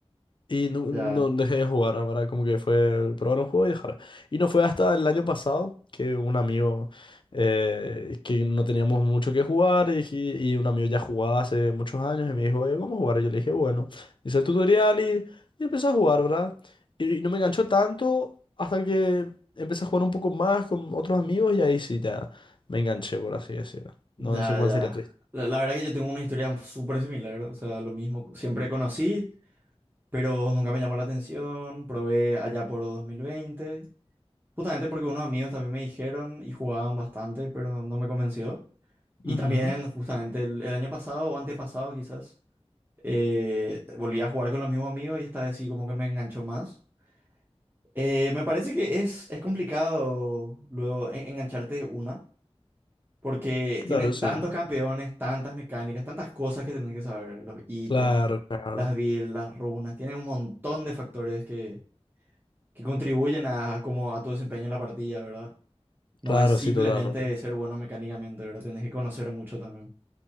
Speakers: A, on the left; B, on the right.
A: Y no, no
B: Ya,
A: dejé de jugar, la ¿verdad? Como que fue probar un juego y dejar. Y no fue hasta el año pasado que un amigo, eh, que no teníamos mucho que jugar, y, dije- y un amigo ya jugaba hace muchos años y me dijo, eh, vamos a jugar. Y yo le dije, bueno, hice el tutorial y, y empecé a jugar, ¿verdad? Y, y no me enganchó tanto hasta que empecé a jugar un poco más con otros amigos y ahí sí ya me enganché, por así decirlo. No,
B: ya,
A: no sé cuál
B: ya.
A: sería tu
B: La, la verdad que yo tengo una historia súper similar, o sea, lo mismo. Siempre conocí, pero nunca me llamó la atención. Probé allá por 2020, justamente porque unos amigos también me dijeron y jugaban bastante, pero no me convenció. Y
A: Ujú,
B: también justamente el, el año pasado o antepasado quizás, eh, volví a jugar con los mismos amigos y esta vez sí como que me enganchó más. Eh, me parece que es, es complicado luego en- engancharte de una, porque
A: Claro,
B: tiene tantos
A: sí.
B: campeones, tantas mecánicas, tantas cosas que tenés que saber, los ítems,
A: Claro, claro.
B: las builds, las runas, tiene un montón de factores que, que contribuyen a, como a tu desempeño en la partida, ¿verdad? No
A: Claro,
B: es simplemente
A: sí, totalmente.
B: ser bueno mecánicamente, ¿verdad? Tienes que conocer mucho también.